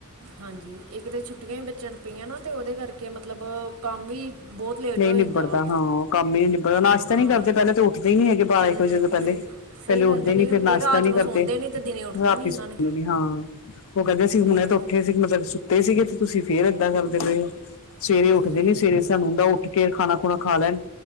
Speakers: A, on the right; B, on the left.
A: ਹਾਂਜੀ, ਇੱਕ ਤਾਂ ਛੁੱਟੀਆਂ ਹੀ ਬਚਣ ਪਈਆਂ ਨਾ ਤੇ ਉਹਦੇ ਕਰਕੇ ਮਤਲਬ ਕੰਮ ਵੀ ਬਹੁਤ ਲੇਟ
B: ਨਹੀਂ
A: ਹੋ
B: ਨਿਬੜਦਾ
A: ਜਾਂਦਾ ਵਾ
B: ਹਾਂ ਕੰਮ ਹੀ ਨੀ ਨਿਬੜਦਾ ਨਾਸ਼ਤਾ
A: ਹਾਂ
B: ਨਹੀਂ ਕਰਦੇ ਪਹਿਲਾਂ ਤੇ ਉੱਠ ਕੇ ਨੀ ਹੈਗੇ ਬਾਰਾਂ
A: ਹੂੰ
B: ਇੱਕ ਵਜੇ
A: ਹੂੰ
B: ਤੋਂ ਪਹਿਲੇ
A: ਤੇ ਸਹੀ
B: -ਪਹਿਲੇ ਉੱਠਦੇ
A: ਗੱਲ ਹੈ ਨਹੀਂ
B: ਨੀ ਫੇ ਨਾਸ਼ਤਾ
A: ਰਾਤ
B: ਨੀ
A: ਨੂੰ
B: ਕਰਦੇ
A: ਸੌਂਦੇ ਨਹੀਂ ਤੇ ਦਿਨੇ ਉੱਠਣਾ
B: ਰਾਤੀ
A: ਨਹੀਂ ਉਹਨਾਂ
B: ਸੌਂਨਨੀ
A: ਨੇ
B: ਦੇ। ਹਾਂ ਉਹ ਕਹਿੰਦੇ ਅਸੀਂ ਹੁਣੇ
A: ਇਹ
B: ਤਾਂ ਉੱਠੇ ਸੀ ਮਤਲਬ ਸੁੱਤੇ ਸੀਗੇ ਤੇ ਤੁਸੀਂ ਫੇਰ ਏਦਾਂ ਕਰਦੇ ਪਏ ਹੋ। ਸਵੇਰੇ
A: ਹਾਂਜੀ
B: ਉੱਠਦੇ ਨੀ, ਸਵੇਰੇ ਸਾਨੂੰ ਹੁੰਦਾ। ਉੱਠ ਕੇ ਖਾਣਾ ਖੁਣਾ ਖਾ ਲੈਣ।